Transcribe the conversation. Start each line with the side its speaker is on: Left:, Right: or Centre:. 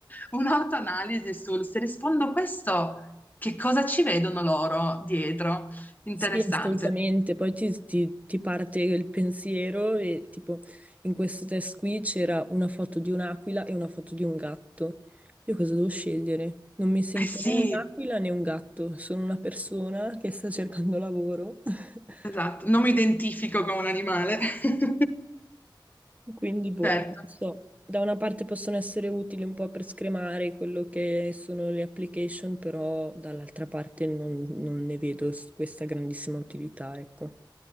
Left: un'autoanalisi sul se rispondo questo, che cosa ci vedono loro dietro? Interessante.
Right: Sì, assolutamente. Poi ti, ti- ti parte il pensiero e tipo in questo test qui c'era una foto di un'aquila e una foto di un gatto. Io cosa devo scegliere? Non mi sento
Left: Eh sì,
Right: né un'aquila né un gatto, sono una persona che sta cercando lavoro. <laughs>
Left: esatto, non mi identifico con un animale. <laughs>
Right: Quindi, boh,
Left: Certo.
Right: non so. Da una parte possono essere utili un po' per scremare quello che sono le application, però dall'altra parte non, non ne vedo s- questa grandissima utilità, ecco.